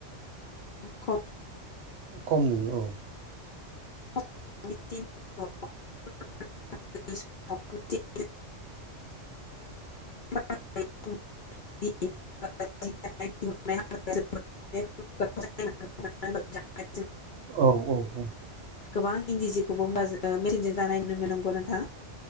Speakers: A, on the left; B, on the right.
A: <inaudible>
B: खम नुयो औ
A: <unintelligible> <unintelligible> <unintelligible>
B: औ औ औ
A: गोबां इन्दि जिखौबो मेसिनजों दानाय नुनो मोनो नंगौ नोंथां